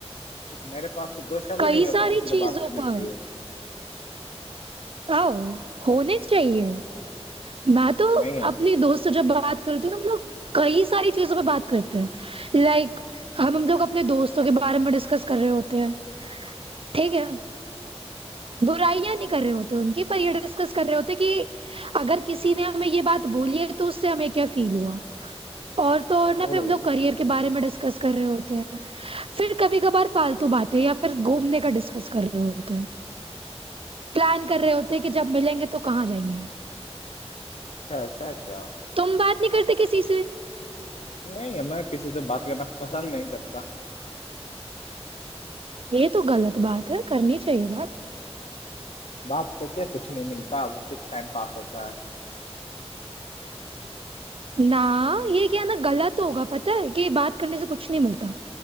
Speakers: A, on the left (about 75°); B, on the right (about 55°).
A: देख मेरे पास तो दो शब्द
B: कई
A: नहीं होते
B: सारी
A: किसी से
B: चीजों
A: बात करने
B: पर
A: के लिए
B: आओ होने चाहिए मैं तो
A: नहीं होते
B: अपनी दोस्त से जब बात करती हूँ ना हम लोग कई सारी चीजों पर बात करते हैं लाइक हम हम लोग अपने दोस्तों के बारे में डिस्कस कर रहे होते हैं ठीक है बुराइयां नहीं कर रहे होते उनकी पर ये डिस्कस कर रहे होते कि अगर किसी ने हमें ये बात बोली है तो उससे हमें क्या फील हुआ और तो और
A: ओह
B: ना फिर हम लोग करियर के बारे में डिस्कस कर रहे होते हैं फिर कभी कभार फालतू बातें या फिर घूमने का डिस्कस कर रहे होते हैं प्लान कर रहे होते हैं कि जब मिलेंगे तो कहाँ जाएंगे
A: अच्छा ऐसा है क्या
B: तुम बात नहीं करते किसी से
A: नहीं मैं किसी से बात करना पसंद नहीं करता
B: ये तो गलत बात है करनी चाहिए बात
A: बात करके कुछ नहीं मिलता वो सिर्फ टाइम पास होता है
B: ना ये क्या ना गलत होगा पता है कि बात करने से कुछ नहीं मिलता